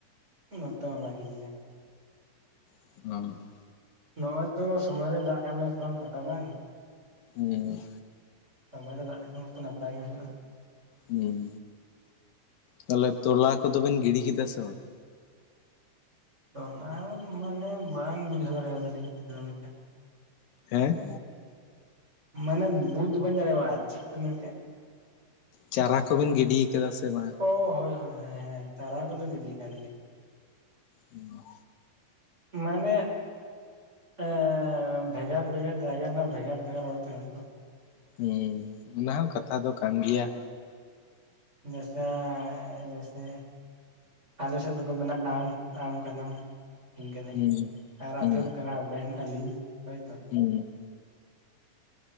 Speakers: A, on the right (about 20°); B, on the left (about 85°).
A: ᱱᱚᱛᱮ ᱦᱚᱸ ᱵᱷᱟᱜᱤ ᱜᱮᱭᱟ᱾
B: <unintelligible>
A: ᱱᱚᱜᱚᱭ ᱛᱚ ᱥᱚᱢᱚᱭ ᱨᱮ ᱫᱟᱜ ᱮᱢᱲᱟ ᱥᱮ ᱵᱟᱝ ᱯᱟᱛᱟ ᱵᱟᱝ
B: ᱦᱩᱸ᱾
A: ᱥᱚᱢᱚᱭ ᱨᱮ ᱫᱟᱜ ᱞᱮᱠᱷᱟᱱ ᱢᱟᱛᱚ ᱱᱟᱯᱟᱭ ᱜᱮ ᱦᱩᱭᱩᱜᱼᱟ
B: ᱦᱩᱸ, ᱛᱟᱞᱦᱮ ᱛᱚᱞᱟ ᱠᱚᱫᱚ ᱵᱤᱱ ᱜᱤᱲᱤ ᱠᱮᱫᱟ ᱥᱮ ᱵᱟᱝ?
A: ᱛᱚᱞᱟ ᱢᱟᱱᱮ ᱵᱟᱝ ᱵᱩᱡᱷᱟᱹᱣ ᱫᱟᱲᱮᱭᱟᱫᱟᱞᱤᱧ ᱜᱤᱫᱽᱨᱟᱹ ᱞᱮᱠᱟ᱾
B: ᱦᱮᱸ
A: ᱢᱟᱱᱮ ᱵᱩᱡᱽ ᱵᱟᱹᱧ ᱫᱟᱲᱮᱚᱣᱟᱜ ᱪᱮᱫ ᱢᱮᱱ ᱠᱮᱫ?
B: ᱪᱟᱨᱟ ᱠᱚᱵᱮᱱ ᱜᱤᱰᱤ ᱠᱟᱫᱟ ᱥᱮ ᱵᱟᱝ?
A: ᱚ, ᱦᱳᱭ ᱦᱳᱭ ᱦᱮᱸ ᱦᱮᱸ ᱪᱟᱨᱟ ᱠᱚᱫᱚ ᱜᱤᱰᱤ ᱠᱟᱱ ᱜᱮᱭᱟ᱾
B: ᱩᱸ
A: ᱢᱟᱱᱮ ᱦᱮᱸ ᱵᱷᱮᱜᱟᱨ ᱵᱷᱮᱜᱟᱨ ᱡᱟᱭᱜᱟ ᱨᱮᱱᱟᱜ ᱵᱷᱮᱜᱟᱨ ᱵᱷᱮᱜᱟᱨ ᱨᱚᱲ ᱛᱟᱦᱮᱱᱟ ᱛᱚ᱾
B: ᱦᱩᱸ ᱚᱱᱟ ᱦᱚᱸ ᱠᱟᱛᱷᱟ ᱫᱚ ᱠᱟᱱ ᱜᱮᱭᱟ᱾
A: ᱱᱮᱥᱟ ᱡᱮᱥᱮ, ᱟᱞᱮᱥᱮᱫ ᱫᱚᱠᱚ ᱢᱮᱱᱟ ᱟᱢ ᱟᱢ ᱠᱟᱱᱟᱢ ᱤᱧ ᱠᱟᱱᱟᱹᱧ
B: ᱦᱩᱸ
A: ᱟᱨ
B: ᱦᱩᱸ
A: ᱟᱯᱮ ᱫᱚ ᱠᱟᱱᱟ ᱟᱵᱮᱱ ᱟᱹᱞᱤᱧ ᱦᱳᱭᱛᱚ
B: ᱦᱩᱸ᱾